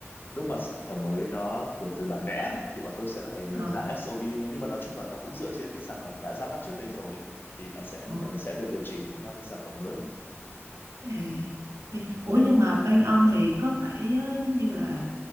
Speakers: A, on the left; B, on the right.
A: lúc mà sản phẩm mới nó kiểu từ bản vẽ ấy, thì bọn tôi sẽ là phải người
B: Ờ,
A: tạo SOP thôi nhưng mà nói chung là nó cũng dựa trên cái sản phẩm đã ra mắt trước đấy rồi thì nó sẽ
B: ờ,
A: nhưng mà nó sẽ được điều chỉnh theo cái sản phẩm mới
B: à, ok.
A: Ừ.
B: Ủa
A: thế
B: nhưng mà bên ông thì có phải ờ, giống như là